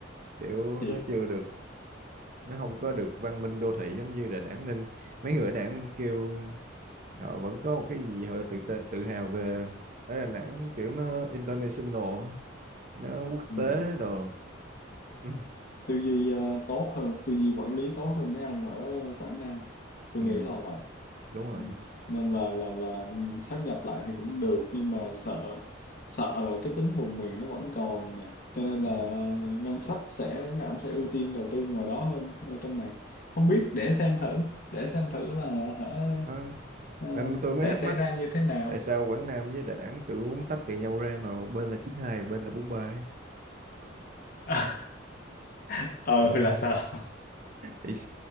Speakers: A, on the right (about 45°); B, on the left (about 50°).
A: kiểu
B: thiệt
A: nó chưa được nó không có được văn minh đô thị giống như Đà Nẵng nên mấy người ở Đà Nẵng kêu họ vẫn có một cái gì họ tự tự, tự hào về ở Đà Nẵng kiểu nó international á, nó quốc
B: ừ.
A: tế đồ <laughs> ừ,
B: tư duy ờ, tốt hơn tư duy quản lý tốt hơn mấy ông ở Quảng Nam tôi
A: ừ,
B: nghĩ là vậy
A: đúng rồi
B: Ừ. nên là là là ừ, sát nhập lại thì cũng được nhưng mà sợ sợ là cái tính vùng miền nó vẫn còn nè cho nên
A: ừ.
B: là ờ, ngân sách sẽ mấy ông sẽ ưu tiên đầu tư ngoài đó hơn ở trong này không biết để xem thử để xem thử là hả,
A: Đó.
B: ờ,
A: Nên tôi
B: sẽ
A: mới thắc
B: xảy
A: mắc
B: ra như thế nào
A: tại sao Quảng Nam với Đà Nẵng tự muốn tách từ nhau ra mà một bên là 92 một bên là 43
B: <laughs> ờ
A: ấy.
B: là sao <laughs>
A: thì